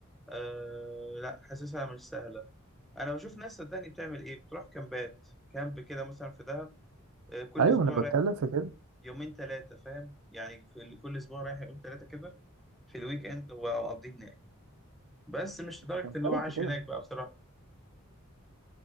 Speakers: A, in the centre; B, on the right.
A: آه لا حاسسها مش سهلة انا بشوف ناس صدقني بتعمل ايه بتروح كامبات كامب كده مثلا في دهب آه كل
B: ايوه
A: اسبوع
B: انا بتكلم
A: رايح
B: في كده
A: يومين ثلاثة فاهم يعني في ال- كل اسبوع رايح يومين ثلاثة كده في الويك اند واقضيه هناك بس مش لدرجة
B: انا بتكلم
A: ان هو عايش
B: في كده
A: هناك بقى بصراحة